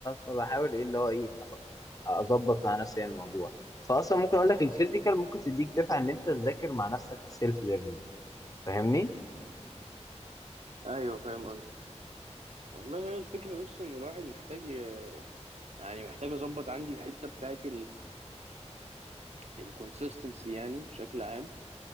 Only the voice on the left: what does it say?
فبحاول ايه اللي هو ايه أخ- اظبط مع نفسي يعني الموضوع فاصلا ممكن اقول لك الفيزيكال ممكن تديك دفعه ان انت تذاكر مع نفسك سيلف ليرنينج فاهمني